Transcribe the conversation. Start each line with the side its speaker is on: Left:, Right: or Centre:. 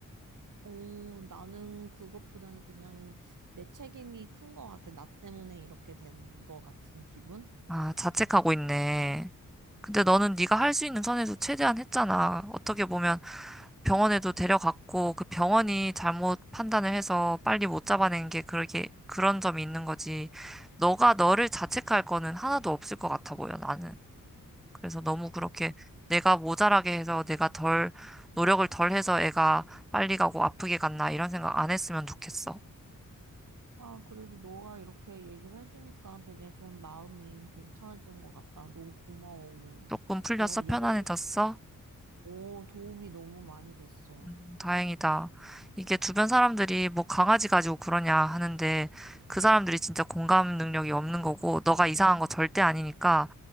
Right: 어, 나는 그것보다는 그냥 내 책임이 큰 것 같아. 나 때문에 이렇게 된 것 같은 기분?
Centre: 아, 자책하고 있네. 근데 너는 네가 할 수 있는 선에서 최대한 했잖아. 어떻게 보면 병원에도 데려갔고 그 병원이 잘못 판단을 해서 빨리 못 잡아낸 게 그렇게 그런 점이 있는 거지. 너가 너를 자책할 거는 하나도 없을 것 같아 보여, 나는. 그래서 너무 그렇게 내가 모자라게 해서 내가 덜 노력을 덜 해서 애가 빨리 가고 아프게 갔나 이런 생각 안 했으면 좋겠어.
Right: 아, 그래도 너가 이렇게 얘기를 해주니까 되게 좀 마음이 괜찮아지는 것 같다. 너무 고마워, 오늘.
Centre: 조금 풀렸어?
Right: 너가
Centre: 편안해졌어?
Right: 얘기해, 오, 도움이 너무 많이 됐어.
Centre: 음, 다행이다. 이게 주변 사람들이 뭐 강아지 가지고 그러냐 하는데 그 사람들이 진짜 공감 능력이 없는 거고 너가 이상한 거 절대 아니니까